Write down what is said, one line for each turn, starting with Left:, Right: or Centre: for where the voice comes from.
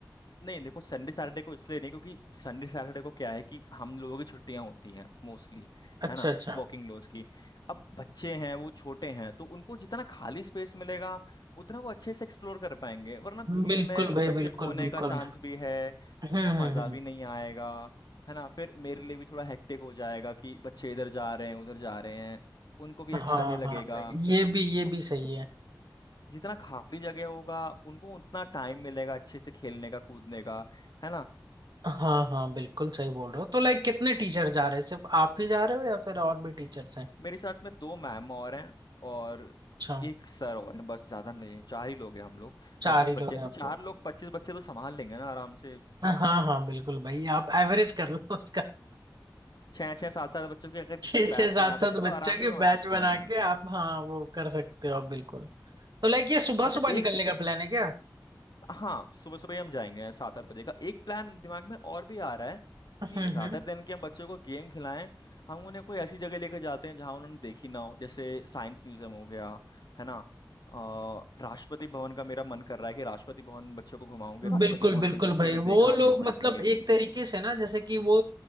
Left: नहीं देखो संडे सैटरडे को इसलिए नहीं क्योंकि संडे सैटरडे को क्या है कि हम लोगों की छुट्टियां होती हैं मोस्टली
Right: अच्छा
Left: है ना
Right: अच्छा
Left: वर्किंग लोज की अब बच्चे हैं वो छोटे हैं तो उनको जितना खाली स्पेस मिलेगा उतना वो अच्छे से एक्सप्लोर कर पाएंगे वरना भीड़
Right: बिल्कुल
Left: में
Right: भाई
Left: बच्चे
Right: बिल्कुल
Left: खोने
Right: बिल्कुल
Left: का चांस भी है
Right: हम्म
Left: उनको
Right: हम्म
Left: मजा
Right: हम्म
Left: भी नहीं आएगा है ना फिर मेरे लिए भी थोड़ा हेक्टिक हो जाएगा कि बच्चे इधर जा रहे हैं उधर जा रहे हैं उनको भी
Right: हाँ
Left: अच्छा नहीं लगेगा
Right: हाँ भाई ये भी ये
Left: तो
Right: भी सही है
Left: जितना खाली जगह होगा उनको उतना टाइम मिलेगा अच्छे से खेलने का कूदने का है ना
Right: हाँ हाँ बिल्कुल सही बोल रहे हो तो लाइक कितने टीचर जा रहे हैं सिर्फ आप ही जा रहे हो या फिर और भी टीचर्स हैं
Left: मेरे साथ में दो मैम और हैं और
Right: अच्छा
Left: एक सर और हैं बस ज्यादा नहीं है चार ही लोग हैं हम लोग
Right: चार
Left: पच्चीस
Right: ही
Left: बच्चे
Right: लोग
Left: हैं
Right: हैं
Left: तो
Right: आप
Left: चार
Right: लोग
Left: लोग पच्चीस बच्चे तो संभाल लेंगे ना आराम से
Right: हाँ हाँ बिल्कुल भाई आप एवरेज कर लो उसका
Left: छः छः सात सात बच्चों के अगर
Right: छः
Left: बैच
Right: छः सात
Left: बना देंगे
Right: सात
Left: तो
Right: बच्चों
Left: आराम
Right: के
Left: से संभाल
Right: बैच
Left: सकते
Right: बना
Left: हैं
Right: के आप हाँ वो कर सकते हो आप बिल्कुल तो लाइक ये सुबह
Left: अच्छा
Right: सुबह निकलने
Left: एक
Right: का <laughs> प्लान है क्या
Left: हाँ सुबह सुबह ही हम जाएंगे सात आठ बजे का एक प्लान दिमाग में और भी आ रहा है
Right: हम्म
Left: कि रादर
Right: हम्म
Left: देन कि हम बच्चों को गेम खिलाएं हम उन्हें कोई ऐसी जगह लेकर जाते हैं जहां उन्होंने देखी ना हो जैसे साइंस म्यूजियम हो गया है ना अ, राष्ट्रपति भवन का मेरा मन कर रहा है कि राष्ट्रपति भवन बच्चों को घुमाऊंगे राष्ट्रपति
Right: बिल्कुल
Left: भवन
Right: बिल्कुल
Left: को ये बच्चों
Right: भाई
Left: ने
Right: वो
Left: देखा नहीं
Right: लोग
Left: होगा
Right: मतलब
Left: जितने गेम
Right: एक तरीके से ना जैसे कि वो